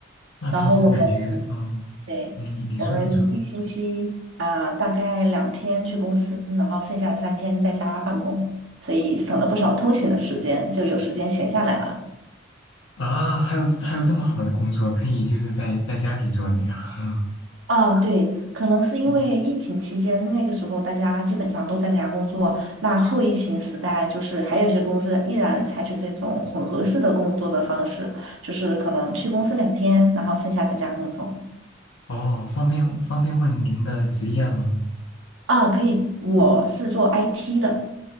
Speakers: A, on the left; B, on the right.
A: 那平时感觉嗯
B: 然后我们。对，
A: 嗯，你你说你说
B: 我们一星期啊、大概两天去公司，然后剩下的三天在家办公，所以省了不少通勤的时间，就有时间闲下来了。
A: 啊，还有还有这么好的工作可以就是在在家里做的呀，<laughs> 嗯
B: 啊，对，可能是因为疫情期间那个时候大家基本上都在家工作，
A: 嗯
B: 那后疫情时代就是还有一些公司依然采取这种混合式的工作的方式，就是可能去公司两天，然后剩下在家工作。
A: 哦，方便方便问您的职业吗？
B: 啊，可以，我是做 IT 的，